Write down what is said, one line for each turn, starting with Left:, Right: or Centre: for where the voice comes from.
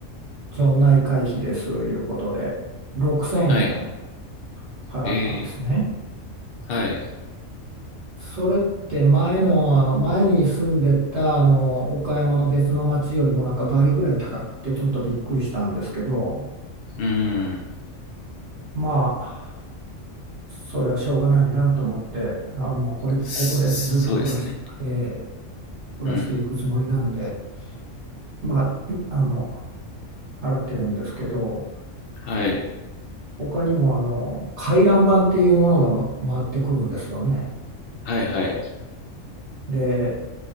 Right: 町内会費ですいうことで6000円
Left: はい、
Right: 払ったんですね。
Left: えー、はい、
Right: それって前の、あの前に住んでたあの岡山の別の町よりもなんか倍ぐらい高くてちょっとびっくりしたんですけど
Left: うん、
Right: まあそれはしょうがないなと思ってあもうこれここでずっと暮らし、
Left: そそうですね。
Right: えー暮らしていくつもりなんで
Left: うん、
Right: まああの払ってるんですけど
Left: はい、
Right: 他にもあの回覧板っていうものがま回ってくるんですよね。
Left: はい、はい、
Right: で